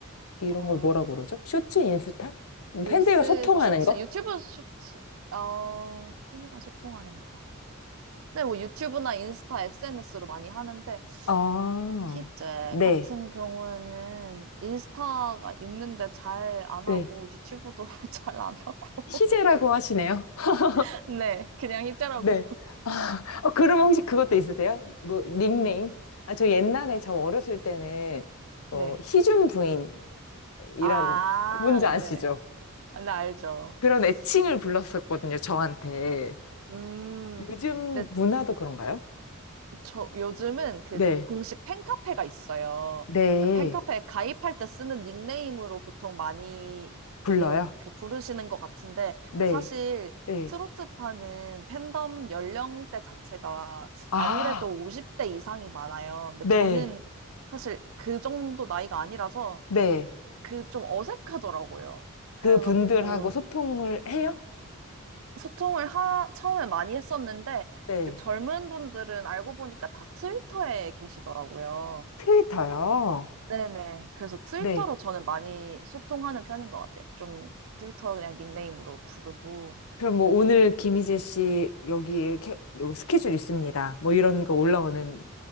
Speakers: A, on the left; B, on the right.
A: 이런
B: 어,
A: 걸 뭐라고 그러죠? 쇼츠 인스타?
B: 릴스,
A: 팬들과 소통하는
B: 뭐 쇼츠,
A: 거?
B: 유튜브 쇼츠, 어, 팬이랑 소통하는 거. 네 뭐 유튜브나 인스타, SNS로 많이 하는데,
A: 아,
B: 희재
A: 네.
B: 같은 경우에는 인스타가 있는데 잘 안
A: 네.
B: 하고, 유튜브도 <laughs> 잘 안 하고,
A: 희재라고 하시네요. <laughs>
B: <laughs> 네, 그냥 희재라고.
A: 네. 아, 어, 그럼 혹시 그것도 있으세요? 뭐, 닉네임?
B: 네,
A: 아, 저 옛날에 저 어렸을 때는, 뭐,
B: 네.
A: 희준 부인, 이런,
B: 아,
A: 뭔지 아시죠?
B: 네. 아, 네, 알죠.
A: 그런 애칭을 불렀었거든요,
B: 네.
A: 저한테.
B: 음,
A: 요즘
B: 네,
A: 문화도 그런가요?
B: 저 요즘은 그
A: 네.
B: 공식 팬카페가 있어요.
A: 네.
B: 그래서 팬카페에 가입할 때 쓰는 닉네임으로 보통 많이
A: 불러요?
B: 이, 그 부르시는 것 같은데,
A: 네,
B: 근데 사실
A: 네.
B: 트로트파는 팬덤 연령대 자체가
A: 아,
B: 아무래도 50대 이상이 많아요. 근데
A: 네,
B: 저는 사실 그 정도 나이가 아니라서
A: 네.
B: 그 좀 어색하더라고요. 그래가지고
A: 그 분들하고 소통을 해요?
B: 소통을 하, 처음에 많이 했었는데,
A: 네.
B: 이제 젊은 분들은 알고 보니까 다 트위터에 계시더라고요.
A: 트위터요?
B: 네네. 그래서 트위터로
A: 네.
B: 저는 많이 소통하는 편인 것 같아요. 좀 트위터 그냥 닉네임으로 부르고.
A: 그럼 뭐 오늘 김희재 씨 여기 이렇게 요 스케줄 있습니다. 뭐 이런 거 올라오는